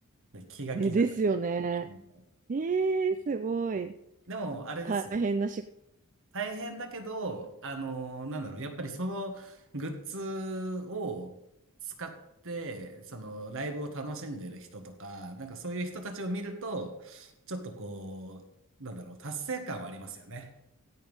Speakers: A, on the right; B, on the right.
A: で、気が気じゃない。
B: ね、ですよね。
A: うん
B: えー、すごい。
A: でも、あれですよ
B: 大変な仕事。
A: 大変だけど、あのーなんだろう、やっぱりそのグッズを使って、そのライブを楽しんでる人とか、なんかそういう人たちを見ると、ちょっとこう、なんだろう、達成感はありますよね。